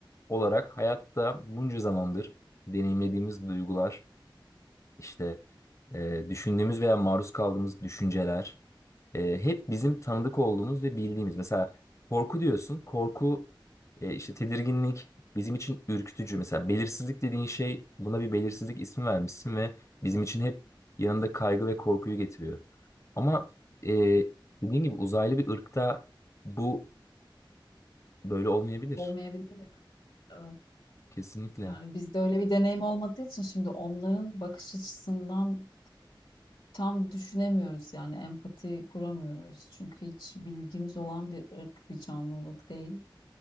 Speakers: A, on the left; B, on the left.
A: olarak hayatta bunca zamandır deneyimlediğimiz duygular işte e, düşündüğümüz veya maruz kaldığımız düşünceler e, hep bizim tanıdık olduğumuz ve bildiğimiz. Mesela korku diyorsun. Korku e, işte tedirginlik bizim için ürkütücü. Mesela belirsizlik dediğin şey buna bir belirsizlik ismi vermişsin ve bizim için hep yanında kaygı ve korkuyu getiriyor. Ama e, dediğin gibi uzaylı bir ırkta bu böyle olmayabilir.
B: Olmayabilir. Evet.
A: Kesinlikle.
B: Yani bizde öyle bir deneyim olmadığı için şimdi onların bakış açısından tam düşünemiyoruz yani empati kuramıyoruz. Çünkü hiç bilgimiz olan bir ırk, bir canlılık değil.